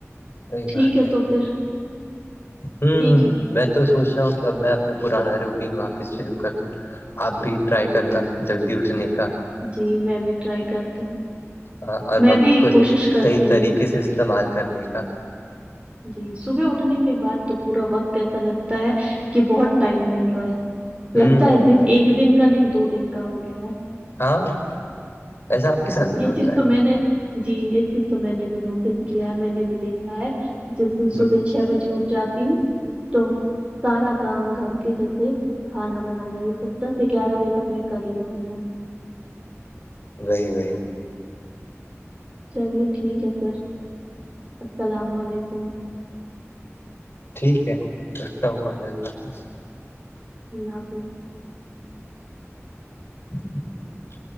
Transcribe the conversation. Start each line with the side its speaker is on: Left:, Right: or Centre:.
Left: وہی
Right: ٹھیک
Left: بات
Right: ہے تو پھر
Left: ہوں
Right: ٹھیک ہے
Left: میں تو سوچ رہا ہوں کہ اب میں اپنا پرانا روٹین واپس شروع کروں آپ بھی ٹرائی کرنا جلدی اٹھنے کا
Right: جی میں بھی ٹرائی کرتی ہوں
Left: ہاں اور
Right: میں
Left: وقت
Right: بھی
Left: کو
Right: کوشش کرتی
Left: صحیح طریقے
Right: ہوں
Left: سے استعمال کرنے کا
Right: جی صبح اٹھنے کے بعد تو پورا وقت ایسا لگتا ہے کہ بہت ٹائم مل رہا ہے
Left: ہوں
Right: لگتا ہے دن ایک دن کا نہیں دو دن کا ہو گیا ہے
Left: ہاں ایسا آپ ساتھ بھی
Right: یہ
Left: ہوتا
Right: چیز تو
Left: ہے
Right: میں نے جی یہ چیز تو میں نے بھی نوٹس کیا ہے میں نے بھی دیکھا ہے جس دن
Left: ہ
Right: صبح چھ بجے اٹھ جاتی ہوں تو سارا کام گھر کے جیسے کھانا بنانا یہ سب دس گیارہ بجے تک میں کر لیتی ہوں
Left: نہیں بھائی
Right: چلیے ٹھیک ہے پھر السلام علیکم
Left: ٹھیک ہے رکھتا ہوں کال اللہ حافظ
Right: <inaudible>
Left: <inaudible>